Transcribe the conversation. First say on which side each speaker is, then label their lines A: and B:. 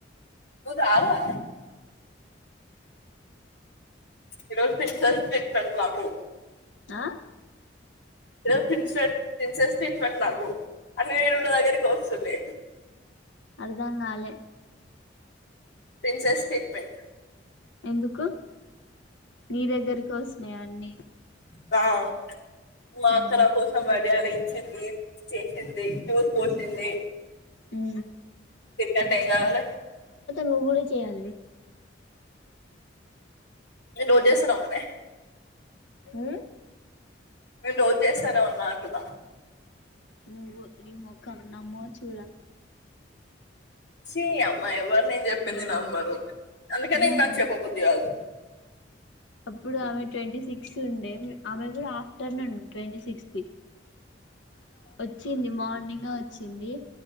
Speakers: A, on the left (about 65°); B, on the left (about 80°).
A: నువ్వు రావా ఈరోజు పింఛన్ ఇస్తున్నారు మాకు
B: ఆ
A: రేప్సీన్స్ ప్రిన్సెస్ స్టెప్పు నాకు అని రెండు దగ్గరికి వస్తుంది
B: అర్థం కాలే
A: ప్రిన్సెస్ స్టేట్మెంట్
B: ఎందుకు నీ దగ్గరకి పోవచ్చు వస్తున్నాయి అన్ని
A: వావ్ మా
B: ఉమ్
A: అక్క నా కోసం వడియాల ఇచ్చింది చేసింది జ్యూస్ పోసింది
B: ఉ
A: తిట్టంట ఏం కావాలి
B: నువ్వు కూడా చేయాలే
A: నువ్వు చేస్తున్నావ్ కదే
B: ఉ
A: నేను రోజు చేస్తానే ఉన్నా అంటున్న
B: నువ్వు నీ మొఖం నమ్మో చూడ
A: ఛీ అమ్మ ఏవ్వాలిని చెప్పు చెప్పింది నమ్మరు అందుకనే
B: నమ్మో
A: ఇం నాకు చెప్పబుద్ధి కాదు
B: అప్పుడు ఆమె ట్వంటీ సిక్స్ ఉండే ఆమె కూడా ఆఫ్టర్నూన్ ఉ ట్వంటీ సిక్స్త్ వచ్చింది మార్నింగ్ వచ్చింది